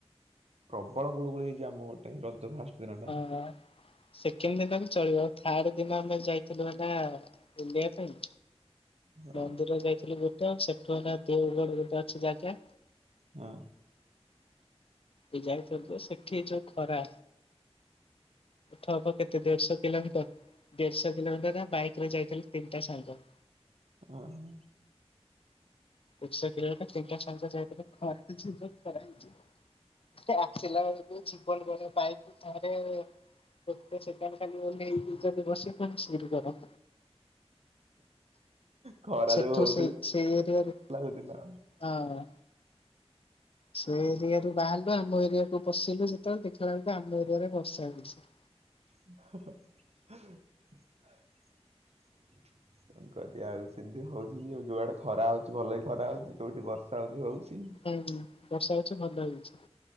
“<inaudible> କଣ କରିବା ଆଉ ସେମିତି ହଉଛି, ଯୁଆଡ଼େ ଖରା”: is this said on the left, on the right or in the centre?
Right